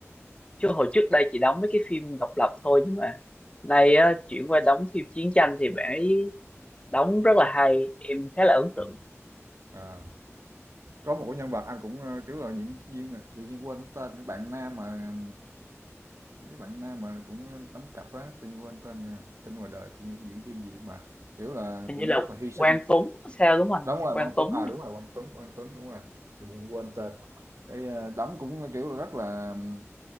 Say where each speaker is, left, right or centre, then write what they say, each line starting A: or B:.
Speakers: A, on the left; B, on the right.
A: chứ hồi trước đây chị đóng mấy cái phim độc lập thôi nhưng mà nay á, chuyển qua đóng phim chiến tranh thì bạn ấy đóng rất là hay em khá là ấn tượng
B: ừ, à. có một cái nhân vật anh cũng ờ, kiểu là diễn viên mà tự nhiên quên cái tên cái bạn nam mà cái bạn nam mà cũng đóng cặp á tự nhiên quên tên nè tên ngoài đời tự nhiên diễn viên gì mà kiểu là
A: hình
B: cũng
A: như là
B: rất là hy sinh
A: Quang Tuấn sao đúng không anh
B: đúng rồi
A: Quang
B: Quang
A: Tuấn
B: Tuấn à đúng rồi Quang Tuấn Quang Tuấn đúng rồi tự nhiên quên tên cái ờ, đóng cũng kiểu là rất là ừm,